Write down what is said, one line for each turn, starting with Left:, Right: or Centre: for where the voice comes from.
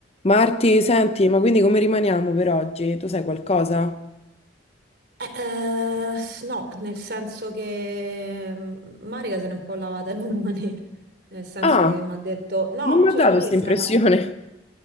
Left: Marti, senti, ma quindi come rimaniamo per oggi? Tu sai qualcosa?
Right: Eh, eh, s- no, nel senso che mm, Marica se n'è un po' lavata le mani, <laughs> nel senso
Left: Ah,
Right: che mi ha detto no,
Left: non mi
Right: cioè
Left: ha dato
Right: non
Left: questa
Right: è che se
Left: impressione.
Right: ne la...